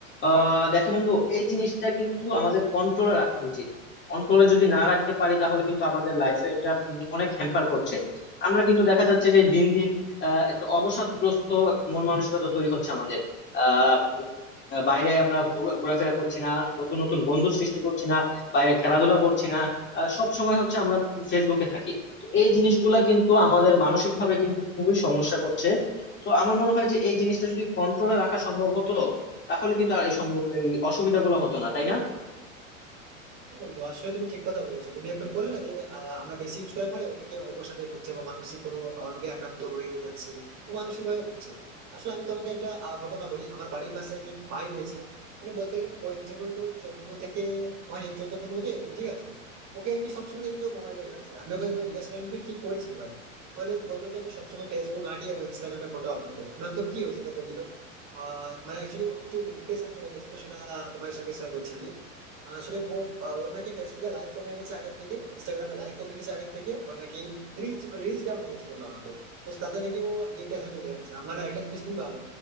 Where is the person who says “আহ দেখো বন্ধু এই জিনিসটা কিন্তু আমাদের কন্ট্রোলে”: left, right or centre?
Left